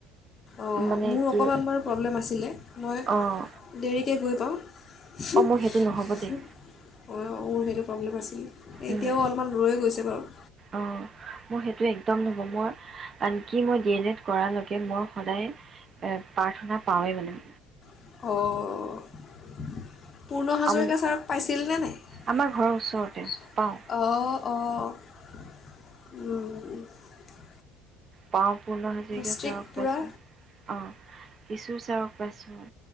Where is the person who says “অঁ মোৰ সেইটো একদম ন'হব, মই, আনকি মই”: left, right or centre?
Right